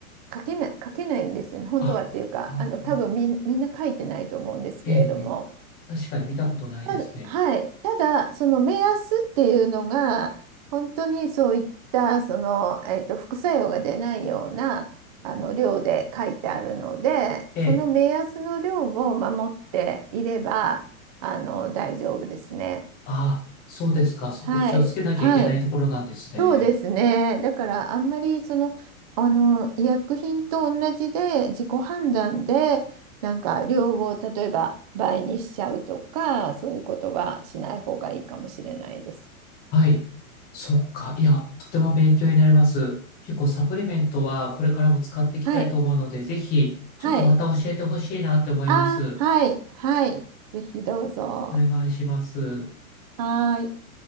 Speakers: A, on the right (about 25°); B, on the left (about 20°).
A: 書けない、書けないんですよね。本当はっていうか、
B: あ、あ、
A: あの、
B: あ
A: 多分みみんな書いてないと思うんですけれども。
B: ええ、ええ、確かに見たことないですね。
A: ただ、はい。ただ、その目安っていうのが、本当にそういった、その、えっと、副作用が出ないような、あの、量で書いてあるので、
B: ええ、
A: その目安の量を守っていれば、あの、大丈夫ですね。
B: ああ、そうですか。そこ気をつけなきゃいけないところなんですね。
A: はい。はい。そうですね。だからあんまりその、あの医薬品と同じで自己判断でなんか量を例えば倍にしちゃうとかそういうことはしない方がいいかもしれないです。
B: はい。そっか。いや、とても勉強になります。結構サプリメントはこれからも使っていきたいと思うので、
A: はい。
B: ぜひ、ちょっとまた教えてほしいなって思います。
A: はい。あ、はい。はい。ぜひどうぞ。
B: お願いします。
A: はーい。